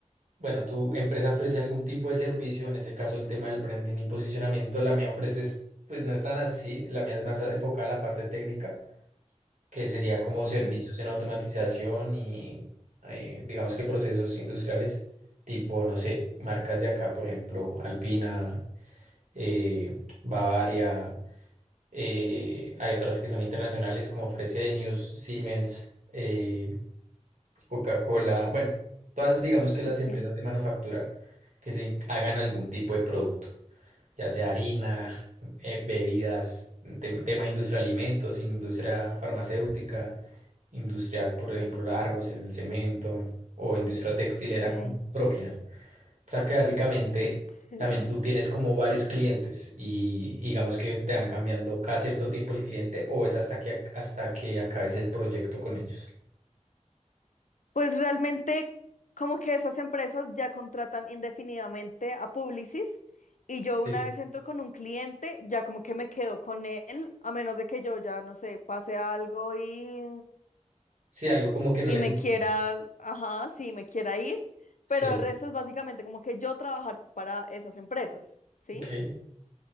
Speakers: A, on the right; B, on the left.
A: bueno, tu empresa ofrece algún tipo de servicio, en este caso el tema del branding y posicionamiento, la mía ofrece, es- pues no es tan así, la mía es más enfocada a la parte técnica. que sería como servicios
B: Ok,
A: en automatización y eh, digamos que procesos industriales tipo, no sé, marcas de acá, por ejemplo, Alpina, eh, Bavaria, eh, hay otras que son internacionales como Fresenius, Siemens, eh, Coca-Cola, bueno, todas digamos que las
B: ok,
A: empresas de manufactura que se hagan algún tipo de producto ya sea harina, eh, bebidas, tem- tema industria de alimentos, industria farmacéutica, industria, por ejemplo, Argos en el cemento o industria textilera
B: ok,
A: con Prokinar. O sea que básicamente
B: ok.
A: también tú tienes como varios clientes y digamos que te van cambiando cada cierto tiempo el cliente o es hasta que, ac- hasta que acabes el proyecto con ellos.
B: Pues realmente como que esas empresas ya contratan indefinidamente a Publicis y yo
A: Sí,
B: una vez entro con un cliente, ya como que me quedo con él, a menos de que yo ya, no sé, pase algo y,
A: Sí, algo como que no
B: y
A: le
B: me
A: guste.
B: quiera, ajá, sí, me quiera ir,
A: Sí,
B: pero el resto es básicamente como que yo trabajar para esas empresas, ¿sí?
A: ok.